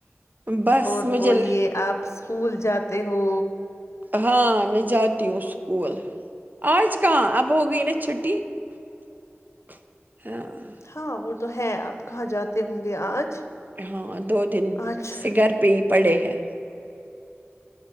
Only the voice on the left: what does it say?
اور
بولیے آپ اسکول جاتے ہو
ہاں وہ تو ہے اب کہاں جاتے ہوں گے آج
آج